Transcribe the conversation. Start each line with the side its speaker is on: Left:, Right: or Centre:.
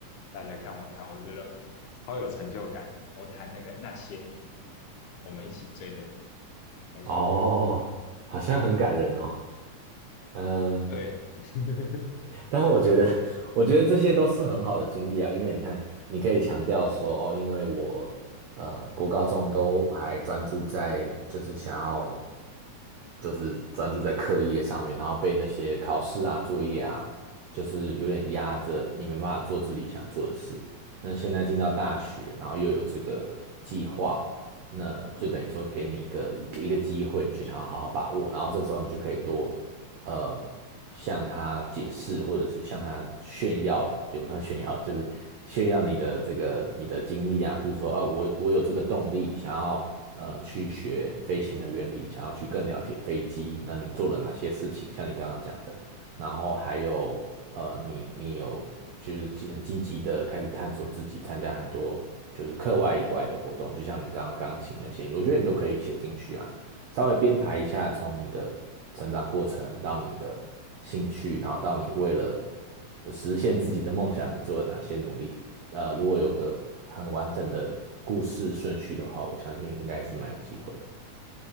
Left: 大家看我弹，我觉得超有成就感。我弹那个那些年我们一起追的女孩那首歌，
Right: 哦，好像很感人哦。嗯、
Left: 对，<laughs>
Right: 但我觉得，我觉得这些都是很好的经历啊，因为你看，你可以强调说，哦，因为我呃，国高中都还专注在就是想要就是专注在课业上面，然后被那些考试啊、作业啊，就是有点压着，你没办法做自己想做的事。那现在进到大学，然后又有这个计划，那就等于说给你一个一个一个机会，你就想要好好把握，然后这时候你就可以多呃。向他解释，或者是向他炫耀，也不算炫耀，就是炫耀你的这个你的经历啊。譬如说，啊，我我有这个动力，想要呃去学飞行的原理，想要去更了解飞机。那你做了哪些事情？像你刚刚讲的，然后还有呃，你你有就是积很积极的开始探索自己，参加很多就是课外以外的活动，就像你刚刚钢琴那些，我觉得你都可以写进去啊。稍微编排一下，从你的成长过程到你的兴趣，然后到你为了实现自己的梦想，你做了哪些努力。呃，如果有个很完整的故事顺序的话，我相信应该是蛮有机会的。